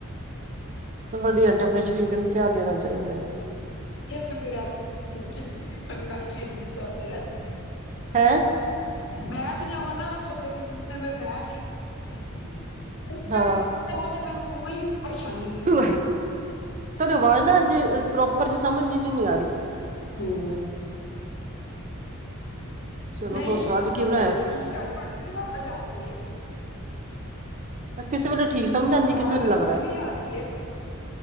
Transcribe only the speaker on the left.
ਤੇ ਫਿਰ ਅਸੀਂ ਟੰਗਾ ਸਹੇਲੀ ਕਰਦੇ ਰਹਿੰਦੀ
ਬੈਠ ਜਾਵਾਂ ਨਾ ਥੱਲੇ ਜ਼ਮੀਨ ਤੇ ਮ ਬੈਠ ਕੇ ਨਹੀਂ ਸਕਦੀ ਹੈ ਉਹ
ਮੈਂ ਟਾਂ ਤੇ ਮੈਨੂੰ ਕੋਈ ਪਰੇਸ਼ਾਨੀ ਨਹੀ
ਹਮ
ਨਹੀਂ,
ਆਵਾਜ
ਤੇ ਮੇਰੀ ਠੀਕ ਆ ਰਹੀ ਤੁਹਾਡੀ ਵੀ ਆਵਾਜ ਆ ਰਹੀ ਹੈ
ਆਵਾਜ਼
ਤੇ
ਤੁਹਾਡੀ ਵੀ ਆ ਰਹੀ ਹੈ।